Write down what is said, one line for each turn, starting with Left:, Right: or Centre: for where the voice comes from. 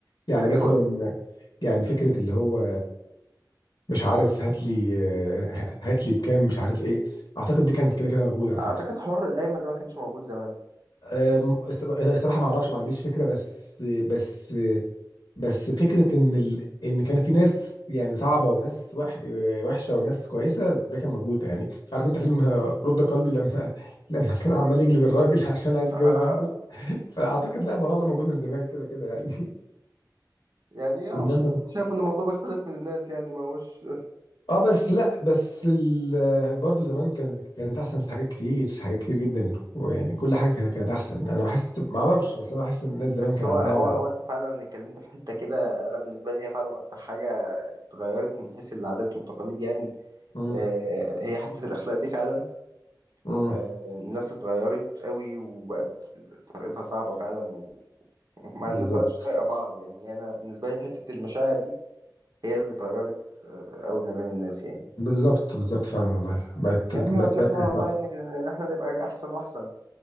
Left: يعني
Right: <laughs> ايوه
Left: مثلا يعني فكره اللي هو مش عارف هات لي هات لي بكام مش عارف ايه اعتقد دي كانت كده كده موجوده على
Right: اعتقد
Left: فكره
Right: حوار القايمه ده ما كانش موجود زمان
Left: أم، الصراحه ما اعرفش ما عنديش فكره بس بس بس فكرة إن ال... إن كان في ناس يعني صعبة وناس وح... وحشة وناس كويسة ده كان موجود يعني عارف أنت فيلم آه، رد قلبي لما <laughs> لما كان عمال يجلد الراجل <laughs> عشان عايز يتجوز
Right: <laughs>
Left: بنته فأعتقد لا الموضوع ده موجود من زمان كده كده يعني <laughs>
Right: يعني اه
Left: إنما-
Right: شايف ان الموضوع بيختلف من الناس يعني ما هوش
Left: اه بس لا بس ال... برضه زمان كانت كانت أحسن في حاجات كتير حاجات كتير جدا ويعني كل حاجة كانت كانت أحسن أنا بحس معرفش بس أنا بحس إن الناس زمان
Right: بس
Left: كان
Right: هو
Left: عندها
Right: هو هو انت فعلا اتكلمت في حته كده انا بالنسبه لي هي فعلا اكتر حاجه اتغيرت من حيث العادات والتقاليد يعني
Left: امم
Right: آه، هي حته الاخلاق دي فعلا
Left: امم
Right: آه، الناس اتغيرت قوي وبقت طريقتها صعبه فعلا و- <laughs> ومع
Left: بالظبط
Right: الناس ما بقتش طايقه بعض يعني انا بالنسبه لي حته المشاعر دي هي اللي اتغيرت آه، قوي ما بين الناس يعني
Left: بالظبط بالظبط فعلا والله بقت
Right: يا عم
Left: بقت
Right: اتمنى
Left: بقت
Right: والله ان إن احنا نبقى احسن واحسن